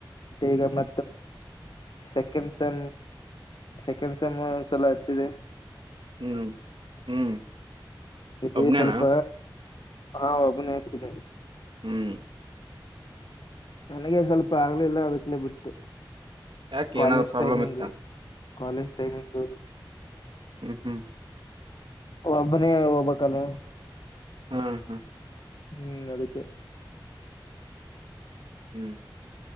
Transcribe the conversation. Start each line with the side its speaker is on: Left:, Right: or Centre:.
Left: ಈಗ ಮ ಸೆಕೆಂಡ್ ಸೇಮ್ ಸೆಕೆಂಡ್ ಸಮ್ ಒಂದ್ಸಲ ಹಚ್ಚಿದೆ
Right: ಹ್ಮ್ ಹ್ಮ್
Left: ಇದೆ
Right: ಒಬ್ನೇನಾ
Left: ಸ್ವಲ್ಪ ಹಾ ಒಬನೇ ಹಚ್ಚಿದೆ
Right: ಹ್ಮ್
Left: ನನಗೆ ಸ್ವಲ್ಪ ಆಗ್ಲ ಇಲ್ಲ ಅದಕ್ಕಲೇ ಬಿಟ್ಟು
Right: ಯಾಕೆ
Left: ಕಾಲೇಜ್
Right: ಏನಾದ್ರು ಪ್ರಾಬ್ಲಮ್
Left: ಟೈಮಿಂಗ್
Right: ಇತ್ತ
Left: ಕಾಲೇಜ್ ಟೈಮಿಂಗ್
Right: ಹ್ಮ್ ಹ್ಮ್
Left: ಒಬ್ಬನೇ ಹೋಗಬೇಕಲ್ಲ
Right: ಹ್ಮ್
Left: ಹ್ಮ್ ಅದಕ್ಕೆ
Right: ಹ್ಮ್